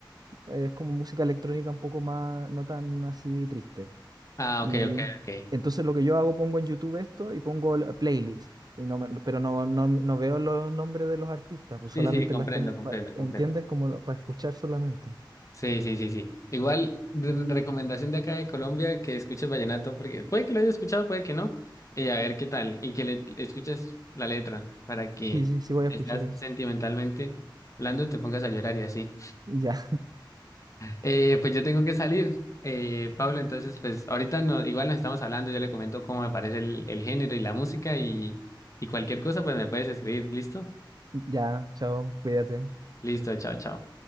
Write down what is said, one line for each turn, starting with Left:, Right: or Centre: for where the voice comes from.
Right: es como música electrónica un poco más, no tan así triste.
Left: Ah,
Right: Y
Left: ok, ok, ok.
Right: entonces lo que yo hago, pongo en YouTube esto y pongo la playlist. y no me- pero no, no, no veo los nombres de los artistas, pues
Left: Sí,
Right: solamente
Left: sí, comprendo,
Right: las tengo,
Left: comprendo,
Right: pa-
Left: comprendo.
Right: ¿entiendes? Como para escuchar solamente.
Left: Sí, sí, sí, sí. Igual, de- de recomendación de acá de Colombia, que escuches vallenato, porque puede que lo hayas escuchado, puede que no, y a ver qué tal, y que le le escuches la letra para que
Right: Sí, sí, sí voy a
Left: estás
Right: escuchar eso.
Left: sentimentalmente hablando, te pongas a llorar y así.
Right: Ya.
Left: Eh, pues yo tengo que salir, eh, Pablo, entonces pues ahorita no, igual nos estamos hablando, yo le comento cómo me parece el, el género y la música y, y cualquier cosa, pues me puedes escribir, ¿listo?
Right: Ya, chao, cuídate.
Left: Listo, chao, chao.